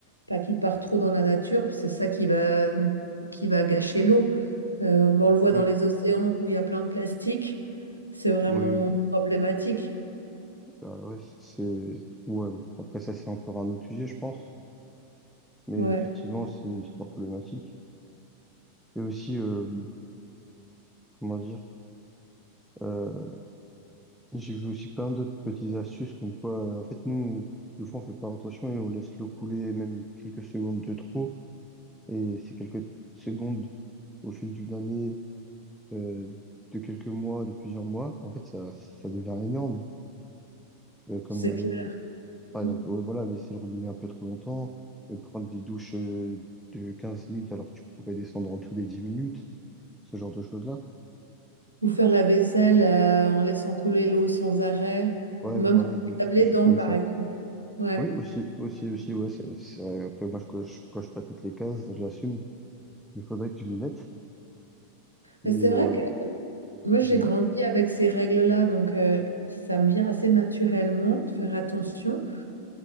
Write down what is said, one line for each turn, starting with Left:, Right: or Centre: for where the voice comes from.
Right: pas qu'ils partent trop dans la nature, c'est ça qui va, qui va gâcher l'eau. Euh, ben, on le voit
Centre: Mm.
Right: dans les océans où il y a plein de plastique, c'est vraiment
Centre: Oui, oui.
Right: problématique.
Centre: Bah, ouais, c'est... Ouais, bon. Après, ça, c'est encore un autre sujet, je pense. Mais
Right: Ouais,
Centre: effectivement, c'est super problématique. Et aussi, euh, comment dire? euh, J'ai vu aussi plein d'autres petites astuces comme quoi, euh, en fait, nous, des fois, on fait pas attention et on laisse l'eau couler même quelques secondes de trop. Et ces quelques secondes, au fil d'une année, euh, de quelques mois, de plusieurs mois, en fait, ça, ça devient énorme. Euh, comme,
Right: c'est clair.
Centre: euh, par exemple,
Right: Mm.
Centre: ouais, voilà, laisser le robinet un peu trop longtemps, euh, prendre des douches, euh, de 15 minutes alors que tu pourrais descendre en tout des 10 minutes, ce genre de choses-là.
Right: Ou faire la vaisselle euh, en laissant couler l'eau sans arrêt,
Centre: Ouais,
Right: ou même
Centre: voilà,
Right: quand on
Centre: des
Right: lave les
Centre: des choses
Right: dents,
Centre: comme
Right: par
Centre: ça.
Right: exemple. Ouais.
Centre: Oui, aussi, aussi, aussi, ouais, c'est, c'est vrai. Après, moi, je coche, coche pas toutes les cases, je l'assume. Il faudrait que je m'y mette. Mais
Right: Mais C'est vrai
Centre: euh,
Right: que moi,
Centre: dis-moi.
Right: j'ai grandi avec ces règles-là, donc euh, ça me vient assez naturellement de faire attention.